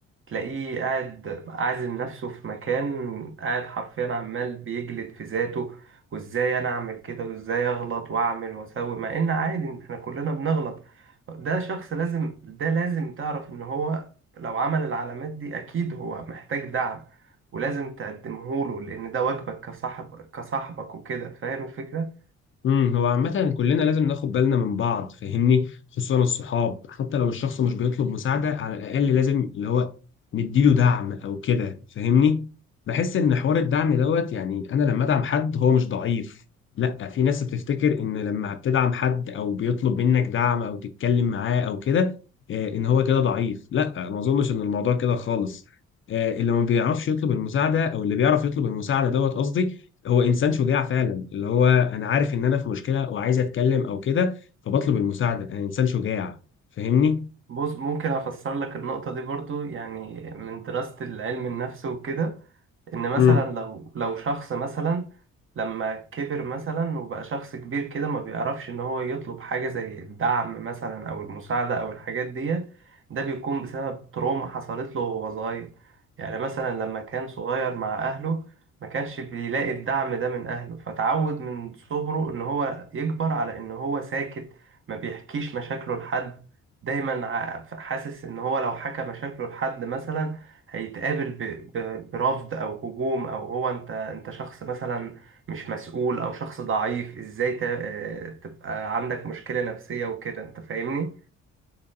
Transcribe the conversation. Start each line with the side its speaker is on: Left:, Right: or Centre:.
Right: تلاقيه قاعد عازم نفسه في مكان قاعد حرفيا عمال بيجلد في ذاته وازاي انا اعمل كده وازاي اغلط واعمل واسوي مع ان عادي إن احنا كلنا بنغلط ده شخص لازم ده لازم تعرف ان هو لو عمل العلامات دي اكيد هو محتاج دعم ولازم تقدمه له لان ده واجبك كصاحب كصاحبك وكده فاهم الفكرة
Left: امم هو عامة كلنا لازم ناخد بالنا من بعض فاهمني خصوصا الصحاب حتى لو الشخص مش بيطلب مساعدة على الأقل لازم اللي هو نديله دعم أو كده فاهمني بحس إن حوار الدعم دوت يعني أنا لما أدعم حد هو مش ضعيف لأ في ناس بتفتكر إن لما بتدعم حد أو بيطلب منك دعم أو تتكلم معاه أو كده آه، إن هو كده ضعيف لأ ما أظنش إن الموضوع كده خالص آه، اللي ما بيعرفش يطلب المساعدة أو اللي بيعرف يطلب المساعدة دوت قصدي هو انسان شجاع فعلا اللي هو انا عارف ان انا في مشكله وعايز اتكلم او كده فبطلب المساعده انا انسان شجاع فاهمني
Right: بص ممكن افسر لك النقطة دي برضو يعني من دراسة العلم النفس وكده ان مثلا
Left: امم
Right: لو لو شخص مثلا لما كبر مثلا وبقى شخص كبير كده ما بيعرفش ان هو يطلب حاجة زي الدعم مثلا او المساعدة او الحاجات ديت ده بيكون بسبب تروما حصلت له وهو صغير يعني مثلا لما كان صغير مع اهله ما كانش بيلاقي الدعم ده من اهله فتعود من صغره ان هو يكبر على ان هو ساكت ما بيحكيش مشاكله لحد دايما ع- حاسس ان هو لو حكى مشاكله لحد مثلا هيتقابل ب... ب... برفض او هجوم او هو انت انت شخص مثلا مش مسؤول او شخص ضعيف ازاي ت... آه، تبقى عندك مشكلة نفسية وكده انت فاهمني